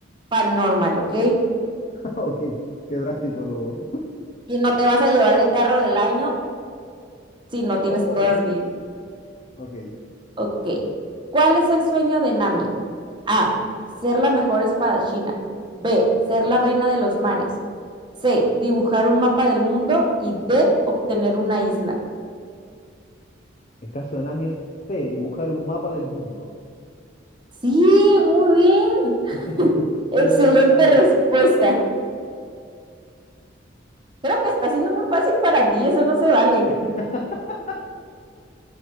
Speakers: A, on the right; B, on the left.
A: fan normal, ¿ok?
B: Ok, qué drástico lo.
A: Y no te vas a llevar el carro del año si no tienes
B: Oh,
A: todas bien.
B: ok.
A: Ok. ¿Cuál es el sueño de Nami? A. Ser la mejor espadachina. B. Ser la reina de los mares. C. Dibujar un mapa del mundo. Y D. Obtener una isla.
B: El caso de Nami es C, dibujar un mapa del mundo.
A: Sí, muy bien.
B: <laughs>
A: Excelente
B: Excelente.
A: respuesta. Creo que está siendo muy fácil para ti, eso no se vale.
B: <laughs>